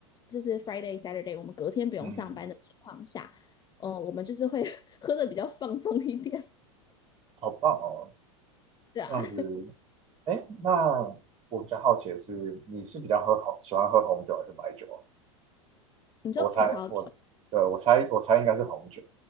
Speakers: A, on the left; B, on the right.
A: 就是 Friday、Saturday，我们隔天不用上班的情况下，
B: 嗯，
A: 嗯、我们就是会 <laughs> 喝的比较放纵一点，
B: 好棒哦，
A: 对啊，
B: 这样子，哎，那我比较好奇的是，你是比较喝红，喜欢喝红酒还是白酒啊？
A: <laughs> 你知道葡萄。
B: 我猜，我，
A: 酒。
B: 对，我猜，我猜应该是红酒。